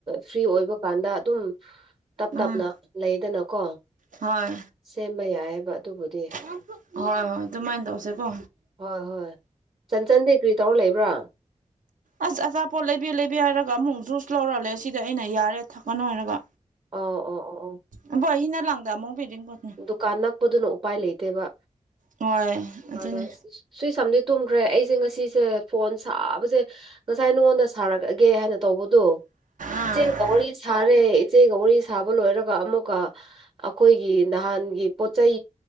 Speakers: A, on the right; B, on the right.
A: ꯐ꯭ꯔꯤ ꯑꯣꯏꯕ ꯀꯥꯟꯗ ꯑꯗꯨꯝ ꯇꯞ
B: ꯎꯝ
A: ꯇꯞꯅ ꯂꯩꯗꯅꯀꯣ
B: ꯍꯣꯏ
A: ꯁꯦꯝꯕ ꯌꯥꯏꯑꯕ ꯑꯗꯨꯕꯨꯗꯤ
B: ꯍꯣꯏ ꯍꯣꯏ ꯑꯗꯨꯃꯥꯏꯅ ꯇꯧꯁꯦꯀꯣ
A: ꯍꯣꯏ ꯍꯣꯏ ꯆꯟꯆꯟ ꯗ ꯀ꯭ꯔꯤ ꯇꯧꯔ ꯂꯩꯕ꯭ꯔꯣ <unintelligible>
B: ꯑꯁ ꯑꯆꯥꯄꯣꯠ ꯂꯩꯕꯦ ꯂꯩꯕꯦ ꯍꯥꯏꯔꯒ ꯑꯃꯨꯛ ꯖꯨꯁ ꯂꯧꯔꯛꯜꯂꯦ ꯁꯤꯗ ꯑꯩꯅ ꯌꯥꯔꯦ ꯊꯛꯀꯅ ꯍꯥꯏꯔꯒ
A: ꯑꯣ ꯑꯣ ꯑꯣ ꯑꯣ
B: ꯑꯕꯣꯛ ꯑꯍꯤꯡꯅ ꯂꯥꯡꯗ ꯑꯃꯨꯛ ꯕꯤꯗꯤꯡ ꯄꯣꯠꯅꯤ
A: ꯗꯨꯀꯥꯟ ꯅꯛꯄꯗꯨꯅ ꯎꯄꯥꯏ ꯂꯩꯇꯦꯕ
B: ꯍꯣꯏ ꯑꯗꯨꯅꯤ
A: ꯑꯗ ꯁꯨꯏ ꯁꯝꯗꯤ ꯇꯨꯝꯈ꯭ꯔꯦ ꯑꯩꯁꯦ ꯉꯁꯤꯁꯦ ꯐꯣꯟ ꯁꯥꯕꯁꯦ ꯉꯁꯥꯏ ꯅꯉꯣꯟꯗ ꯁꯥꯔꯛꯑꯒꯦ ꯍꯥꯏꯅ ꯇꯧꯕꯗꯣ
B: ꯑꯥ
A: ꯏꯆꯦꯒ ꯋꯥꯔꯤ ꯁꯥꯔꯦ ꯏꯆꯦꯒ ꯋꯥꯔꯤ ꯁꯥꯕ ꯂꯣꯏꯔꯒ ꯑꯃꯨꯛꯀ ꯑꯩꯈꯣꯏꯒꯤ ꯅꯍꯥꯟꯒꯤ ꯄꯣꯠ ꯆꯩ